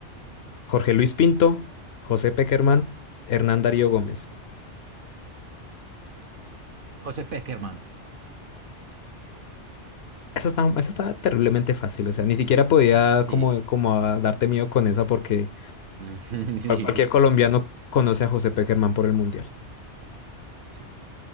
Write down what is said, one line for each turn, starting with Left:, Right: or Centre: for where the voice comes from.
Left: Jorge Luis Pinto, José Peckerman, Hernán Darío Gómez.
Right: José Peckerman.
Left: Esa estaba, esa estaba terriblemente fácil, o sea, ni siquiera podía
Right: Sí.
Left: como, como a darte miedo con esa porque
Right: <laughs>
Left: cual- cualquier colombiano conoce a José Peckerman por el Mundial.
Right: Sí.